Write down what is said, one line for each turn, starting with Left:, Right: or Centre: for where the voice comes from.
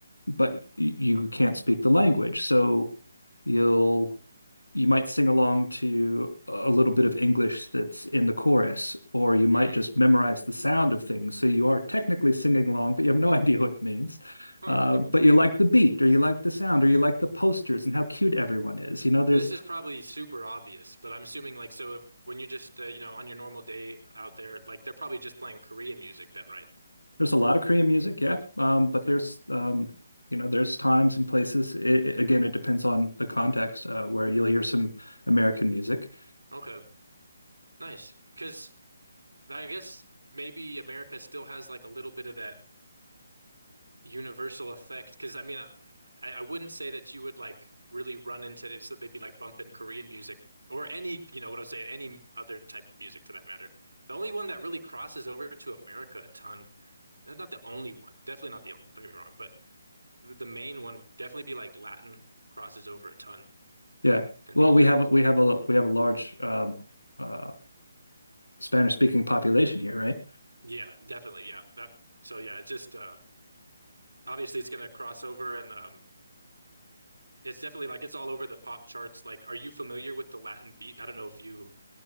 Left: but y- you can't speak the language, so you'll you might sing along to a little bit of English that's in the chorus, or you might
Right: Hmm.
Left: just memorize the sound of things. So you are technically singing along, but you have no <laughs> idea what it means.
Right: Huh,
Left: Uh,
Right: huh.
Left: but you like the beat, or you like the sound, or you like the posters and how cute everyone is. You know, there's
Right: This is probably super obvious, but I'm assuming like so if, when you're just uh, you know on your normal day out there, like they're probably just playing Korean music then, right?
Left: there's a lot of Korean music, yeah, um, but there's um, you know there's times and places. It, it- again, it depends on the context uh, where you'll hear some American music.
Right: Okay. Nice. Because I guess maybe America still has like a little bit of that. universal effect because I mean uh, I, I wouldn't say that you would like really run into this so they'd be like bumping Korean music or any you know what I'm saying any other type of music for that matter the only one that really crosses over to America a ton and not the only one definitely not the only one don't get me wrong but the, the main one would definitely be like Latin crosses over a ton
Left: Yeah,
Right: in
Left: well,
Right: the Americas
Left: we have we have a we have a large um, uh, Spanish speaking population here, right?
Right: yeah definitely yeah that so yeah it's just uh obviously it's gonna cross over and um It's definitely like it's all over the pop charts. Like, are you familiar with the Latin beat? I don't know if you